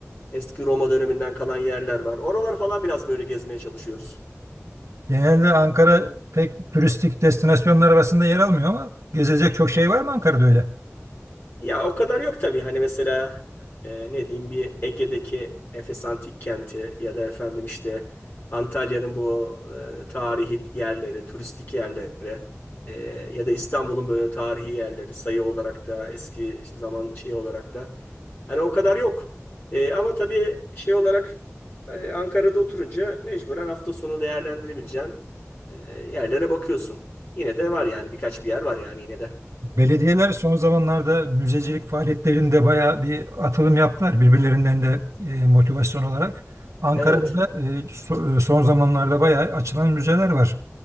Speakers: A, on the left; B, on the right.
A: Eski Roma döneminden kalan yerler var. Oraları falan biraz böyle gezmeye çalışıyoruz.
B: Genelde Ankara pek turistik destinasyonlar arasında yer almıyor ama gezecek çok şey var mı Ankara'da öyle?
A: Ya o kadar yok tabii. Hani mesela e, ne diyeyim bir Ege'deki Efes Antik Kenti ya da efendim işte Antalya'nın bu e, tarihi yerleri, turistik yerleri e, ya da İstanbul'un böyle tarihi yerleri sayı olarak da eski zaman şey olarak da hani o kadar yok. E, ama tabii şey olarak e, Ankara'da oturunca mecburen hafta sonu değerlendirebileceğin e, yerlere bakıyorsun. Yine de var yani birkaç bir yer var yani yine de.
B: Belediyeler son zamanlarda müzecilik faaliyetlerinde bayağı bir atılım yaptılar birbirlerinden de e, motivasyon olarak. Ankara'da
A: Evet,
B: da e, so- e, son zamanlarda bayağı açılan müzeler var.